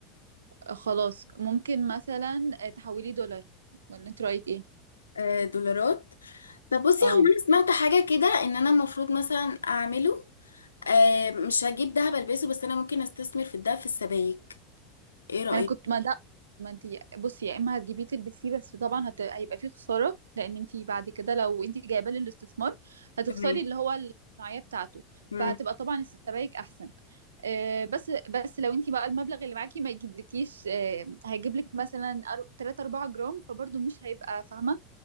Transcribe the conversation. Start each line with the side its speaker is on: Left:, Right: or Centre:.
Right: خلاص ممكن مثلا تحولي دولار ولا انت رأيك ايه
Left: أه دولارات طب بصي
Right: اه
Left: هو انا سمعت حاجة كده ان انا المفروض مثلا اعمله أه مش هجيب ذهب البسه بس انا ممكن استثمر في الذهب في السبائك ايه رأيك
Right: ما انا كنت ما ده ما انت بصي يا اما هتجيبيه تلبسيه بس طبعا هت... هيبقى فيه خسارة لان انت بعد كده لو انت جايباه للاستثمار هتخسري
Left: تمام
Right: اللي هو الصناعية بتاعته
Left: مم.
Right: فهتبقى طبعا السبائك احسن آه، بس بس لو انت بقى المبلغ اللي معاكي ما يجيبلكيش آه، هيجيبلك مثلا 3 4 جرام فبرضه مش هيبقى فاهمه